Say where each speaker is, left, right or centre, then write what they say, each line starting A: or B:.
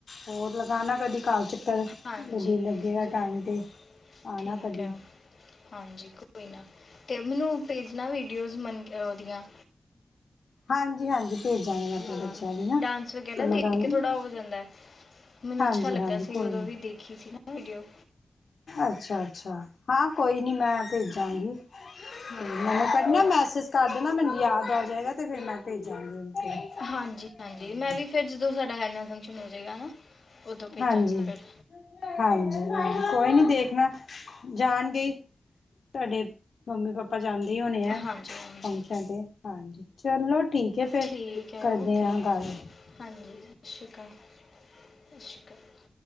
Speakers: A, on the left; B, on the left.
A: ਹੋਰ ਲਗਾਣਾ ਕਦੀ ਘਰ ਚੱਕਰ
B: ਹਾਂਜੀ
A: ਦਿਲ ਲੱਗੇਗਾ
B: ਜ਼ਰੂਰ
A: ਟਾਈਮ ਤੇ ਆਣਾ
B: ਠੀਕ
A: ਕਦੀ
B: ਹੈ ਹਾਂਜੀ ਕੋਈ ਨਾ ਤੇ ਮੈਨੂੰ ਭੇਜਣਾ ਵੀਡੀਓਜ਼ ਮੰਨ ਕੇ ਉਹਦੀਆਂ
A: ਹਾਂਜੀ ਹਾਂਜੀ ਭੇਜਾਂਗੇ ਮੈਂ ਆਪਣੇ
B: ਹਾਂ
A: ਬੱਚਿਆਂ ਦੀ ਨਾ
B: ਡਾਂਸ ਵਗੈਰਾ
A: ਤੇ ਮੈਂ
B: ਦੇਖ
A: ਤੁਹਾਨੂੰ
B: ਕੇ ਥੋੜਾ ਹੋ ਜਾਂਦਾ ਮੈਨੂੰ
A: ਹਾਂਜੀ
B: ਅੱਛਾ ਲੱਗਾ
A: ਹਾਂਜੀ
B: ਸੀ
A: ਕੋਈ
B: ਉਦੋਂ
A: ਨੀ
B: ਵੀ ਦੇਖੀ ਸੀ ਨਾ ਵਡੀਓ
A: ਅੱਛਾ ਅੱਛਾ ਹਾਂ ਕੋਈ ਨਹੀਂ ਮੈਂ ਭੇਜਾਂਗੀ
B: ਹਾਂ
A: ਮੈਨੂੰ
B: ਓਕੇ
A: ਕ ਮੈਸੇਜ ਕਰ ਦੇਣਾ ਮੈਨੂੰ ਯਾਦ ਆ ਜਾਏਗਾ ਤੇ ਫਿਰ ਮੈਂ ਭੇਜਾਂਗੀ
B: ਹਾਂਜੀ ਹਾਂਜੀ ਮੈਂ ਵੀ ਫਿਰ ਜਦੋਂ ਸਾਡਾ ਐਨੂਅਲ ਫੰਕਸ਼ਨ ਹੋ ਜਾਏਗਾ ਨਾ ਉਦੋਂ ਭੇਜਾਂਗੇ
A: ਹਾਂਜੀ
B: ਫਿਰ
A: ਹਾਂਜੀ ਹਾਂਜੀ ਕੋਈ ਨੀ ਦੇਖਣਾ ਜਾਣਗੇ ਤੁਹਾਡੇ ਮੰਮੀ ਪਾਪਾ ਚਦੀ ਹੋਣੀ ਆ
B: ਹਾਂਜੀ ਹਾਂਜੀ
A: ਫੰਕਸ਼ਨ ਤੇ ਹਾਂਜੀ ਚਲੋ ਠੀਕ ਹੈ ਫਿਰ
B: ਠੀਕ ਹੈ
A: ਕਰਦੇ
B: ਓਕੇ
A: ਹਾਂ ਗੱਲ
B: ਹਾਂਜੀ ਸਤਿ ਸ਼੍ਰੀ ਅਕਾਲ ਸਤਿ ਸ਼੍ਰੀ ਅਕਾਲ